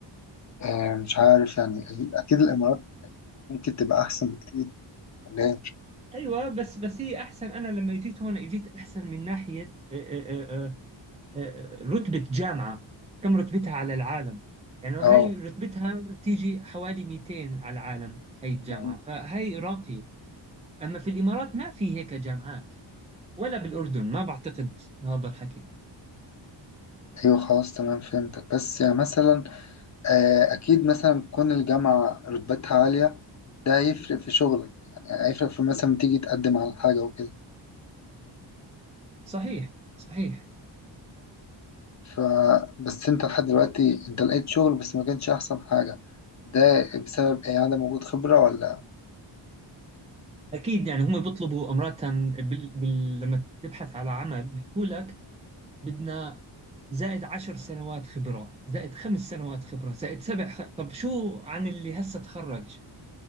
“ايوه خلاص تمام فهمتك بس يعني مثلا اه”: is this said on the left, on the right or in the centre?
Left